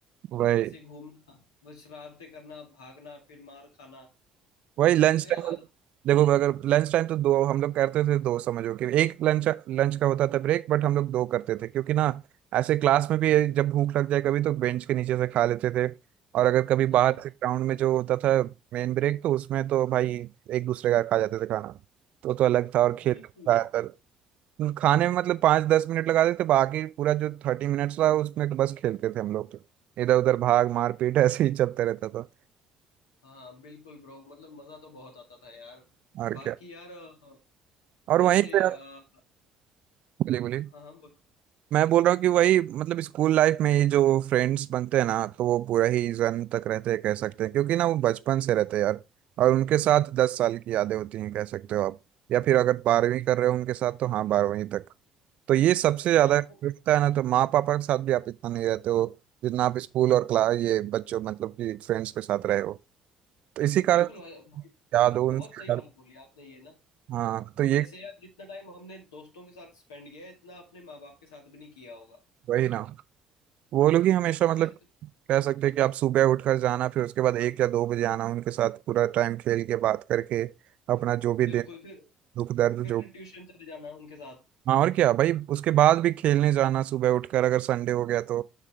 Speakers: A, on the right; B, on the left.
A: वही
B: ऐसे घूमना बस शरारते करना भागना फिर मार खाना
A: वही लंच
B: मतलब यार
A: टाइम
B: अलग
A: देखो अगर लंच टाइम तो दो हम लोग करते थे दो समझो कि एक लंच लंच का होता था ब्रेक बट हम लोग दो करते थे क्योंकि ना ऐसे क्लास में भी जब भूख लग जाए कभी तो बेंच के नीचे से खा लेते थे और अगर कभी
B: हाँ
A: बाहर से ग्राउंड में जो होता था मेन ब्रेक तो उसमें तो भाई एक दूसरे का खा जाते थे खाना तो तो अलग था और
B: बिल्कुल
A: खेल ज्यादातर खाने में मतलब पाँच दस मिनट लगा देते बाकी पूरा जो थर्टी मिनट्स रहा उसमें तो बस खेलते थे हम लोग तो इधर उधर भाग मारपीट <laughs> ऐसे ही चलते रहता था
B: हाँ बिल्कुल ब्रो मतलब मजा तो बहुत आता था यार
A: और
B: बाकी
A: क्या
B: यार अ,
A: और
B: जैसे
A: वहीं पे
B: अ,
A: बोलिए बोलिए
B: हाँ हाँ बोलो
A: मैं बोल रहा हूँ कि वही मतलब स्कूल लाइफ में ये जो फ्रेंड्स बनते हैं ना तो वो पूरा ही जन तक रहते हैं कह सकते हैं क्योंकि ना वो बचपन से रहते हैं यार और उनके साथ दस साल की यादें होती हैं कह सकते हो आप या फिर अगर बारहवीं कर रहे हो उनके साथ तो हाँ बारहवीं तक तो ये सबसे ज्यादा
B: हाँ वो-
A: होता है ना तो माँ पापा के साथ भी आप इतना नहीं रहते हो जितना आप स्कूल और क्लास ये बच्चों मतलब कि फ्रेंड्स के साथ रहे हो तो इसी कारण
B: बिल्कुल अ, भाई,
A: याद हो उनसे
B: बहुत सही बात बोली आपने ये ना
A: हाँ तो
B: कि
A: ये
B: जैसे यार जितना टाइम हमने दोस्तों के साथ स्पेंड किया है इतना अपने माँ बाप के साथ भी नहीं किया होगा
A: वही ना वो लोग ही हमेशा
B: कि
A: मतलब
B: जैसे
A: कह सकते हैं कि आप सुबह उठकर जाना फिर उसके बाद एक या दो बजे आना उनके साथ पूरा टाइम खेल के बात करके अपना जो भी दे-
B: बिल्कुल फिर
A: दुख दर्द
B: फिर
A: जो
B: ट्यूशन चले जाना उनके साथ
A: हाँ और क्या भाई उसके बाद भी खेलने जाना सुबह उठकर अगर संडे हो गया तो